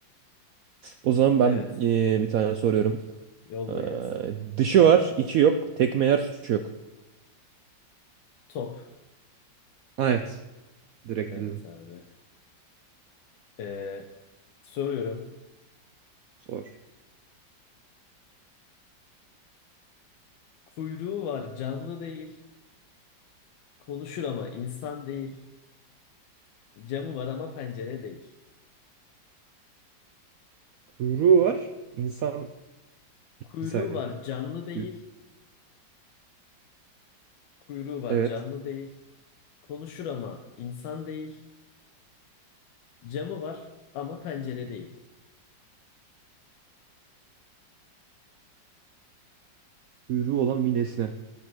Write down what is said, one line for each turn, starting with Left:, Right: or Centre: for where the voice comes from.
Right: O zaman
Left: Evet.
Right: ben eee, bir tane soruyorum.
Left: Yolla
Right: Eee,
Left: gelsin.
Right: dışı var, içi yok. Tekme yer, suçu yok.
Left: Top.
Right: Ha, Evet. Direkt
Left: Evet
Right: bildim.
Left: abi. Ee, soruyorum.
Right: Sor.
Left: Kuyruğu var canlı değil. Konuşur ama insan değil. Camı var ama pencere değil.
Right: Kuyruğu var. İnsan
Left: Kuyruğu
Right: bir saniye.
Left: var canlı değil.
Right: Kuy-
Left: Kuyruğu var
Right: Evet.
Left: canlı değil. Konuşur ama insan değil. Camı var ama pencere değil.
Right: Kuyruğu olan bir nesne.